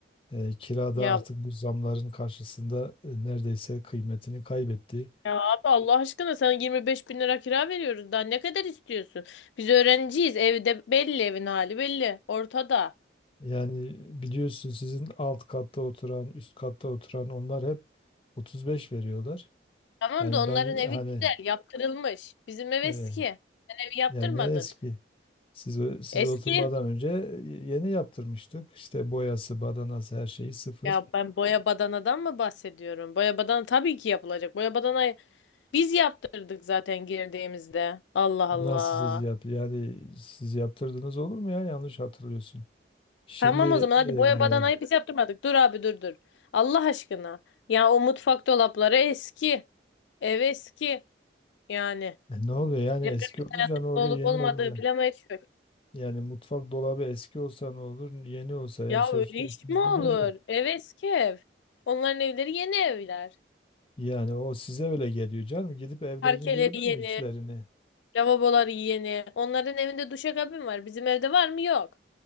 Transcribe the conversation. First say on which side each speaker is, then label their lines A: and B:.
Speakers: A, on the left; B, on the left.
A: Eee kira
B: Ya,
A: da artık bu zamların karşısında e, neredeyse kıymetini kaybetti.
B: ya abi Allah aşkına sana 25 bin lira kira veriyoruz. Daha ne kadar istiyorsun? Biz öğrenciyiz. Evde belli evin hali belli. Ortada.
A: Yani biliyorsun sizin alt katta oturan, üst katta oturan onlar hep 35 veriyorlar.
B: Tamam
A: Yani
B: da onların
A: ben
B: evi
A: hani
B: güzel yaptırılmış. Bizim ev
A: evet,
B: eski. Sen evi yaptırmadın.
A: yani ne eski. Siz, ö- siz
B: Eski.
A: oturmadan önce yeni yaptırmıştık. İşte boyası, badanası her şeyi sıfır.
B: Ya ben boya badanadan mı bahsediyorum? Boya badana tabii ki yapılacak. Boya badana biz yaptırdık zaten girdiğimizde. Allah
A: Nasıl
B: Allah.
A: siz yaptı? Yani siz yaptırdınız olur mu ya? Yanlış hatırlıyorsun. Şimdi
B: Tamam o zaman hadi
A: eee,
B: boya badanayı biz yaptırmadık. Dur abi dur dur. Allah aşkına. Ya o mutfak dolapları eski. Ev eski. Yani
A: ne oluyor? Yani
B: deprem
A: eski olunca
B: dayanıklı
A: ne oluyor?
B: olup
A: Yeni
B: olmadığı
A: olunca.
B: bilemeyiz. ki.
A: Yani mutfak dolabı eski olsa ne olur? Yeni olsa yani
B: Ya
A: sonuçta
B: öyle iş
A: işinizi
B: mi olur?
A: görüyor.
B: Ev eski ev. Onların evleri yeni evler.
A: Yani o size öyle geliyor canım. Gidip evlerini
B: Parkeleri
A: gördün
B: yeni,
A: mü içlerini?
B: lavaboları yeni. Onların evinde duşakabin var. Bizim evde var mı? Yok.